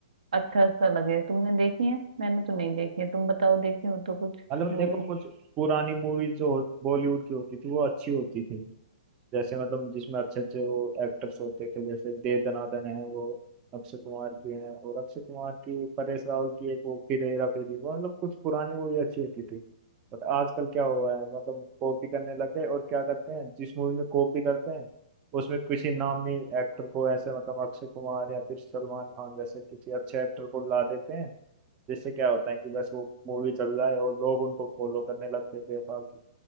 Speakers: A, on the right (about 80°); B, on the right (about 25°).
A: अच्छा सा लगे तुमने देखी है मैंने तो नहीं देखी है तुम बताओ देखी हो तो कुछ
B: मतलब
A: मूवी
B: देखो कुछ पुरानी मूवी जो बॉलीवुड की होती थी वो अच्छी होती थी जैसे मतलब जिसमें अच्छे अच्छे वो एक्टर्स होते थे जैसे दे दनादन है वो अक्षय कुमार की है और अक्षय कुमार की परेश रावल की एक वो फिर हेरा फेरी वो मतलब कुछ पुरानी मूवी अच्छी होती थी बट आजकल क्या हुआ है मतलब कॉपी करने लगे और क्या करते हैं जिस मूवी में कॉपी करते हैं उसमें किसी नामी एक्टर को ऐसे मतलब अक्षय कुमार या फिर सलमान खान जैसे किसी अच्छे एक्टर को ला देते हैं जिससे क्या होता है कि बस वो मूवी चल रहा है और लोग उनको फॉलो करने लगते हैं बेफालतू